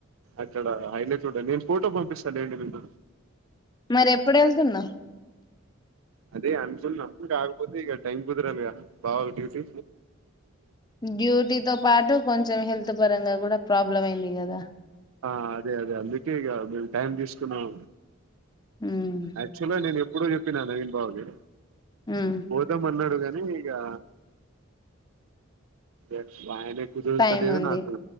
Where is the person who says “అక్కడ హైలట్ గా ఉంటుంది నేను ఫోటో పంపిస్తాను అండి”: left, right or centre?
Right